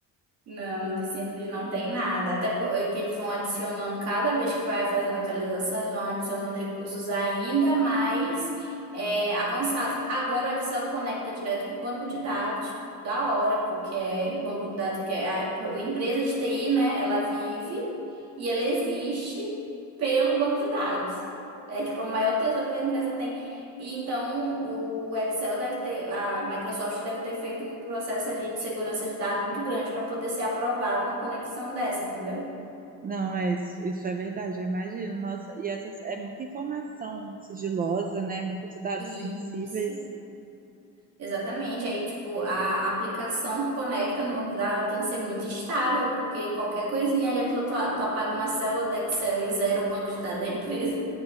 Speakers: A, on the right; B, on the right.
A: Não, de simples não tem nada. Até porque eles vão adicionando, cada vez que vai fazendo atualização, eles vão adicionando recursos ainda mais é, avançados. Agora o Excel conecta direto com o banco de dados, tipo, da Oracle, que é banco de dados, que é a empresa de TI, né? Ela vive e ela existe pelo banco de dados. É tipo é o maior tesouro que a empresa tem e então o o Excel deve ter, a Microsoft deve ter feito um processo ali de segurança de dados muito grande para poder ser aprovado uma conexão dessa, entendeu?
B: Não, é isso, isso é verdade, eu imagino, nossa, e essa é muita informação sigilosa, né, muitos dados
A: E
B: sensíveis,
A: Isso. Exatamente. Aí, tipo, a aplicação que conecta no banco de dados ela tem que ser muito estável, porque qualquer coisinha ali, a pessoa, tu, tu apaga uma célula do Excel e zera o banco de dados da empresa.